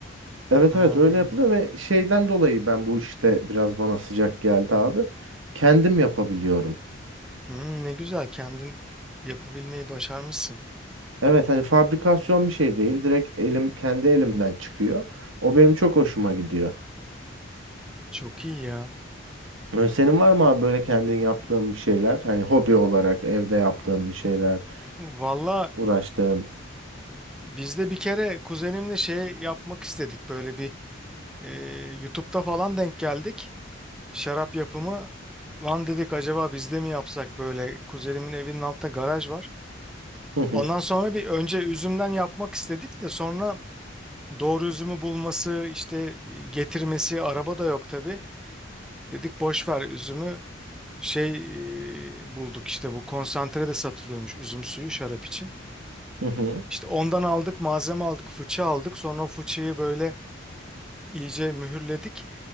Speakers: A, on the right; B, in the centre.
A: Evet
B: Ha.
A: evet öyle yapılıyor ve şeyden dolayı ben bu işte biraz bana sıcak geldi abi. Kendim yapabiliyorum.
B: Hmm, ne güzel kendin yapabilmeyi başarmışsın.
A: Evet hani fabrikasyon bir şey değil. Direkt elim kendi elimden çıkıyor. O benim çok hoşuma gidiyor.
B: Çok iyi ya.
A: Ee, Senin var mı abi böyle kendin yaptığın bir şeyler? Hani hobi olarak evde yaptığın bir şeyler,
B: Valla
A: uğraştığın.
B: biz de bir kere kuzenimle şey yapmak istedik böyle bir e, YouTube'da falan denk geldik. Şarap yapımı lan dedik acaba biz de mi yapsak böyle kuzenimin evinin altında garaj var.
A: Hı hı
B: Ondan sonra bir önce üzümden yapmak istedik de sonra doğru üzümü bulması işte e, getirmesi araba da yok tabii. Dedik boş ver üzümü şey e, bulduk işte bu konsantre de satılıyormuş üzüm suyu şarap için.
A: hı hı.
B: İşte ondan aldık, malzeme aldık, fıçı aldık. Sonra o fıçıyı böyle iyice mühürledik.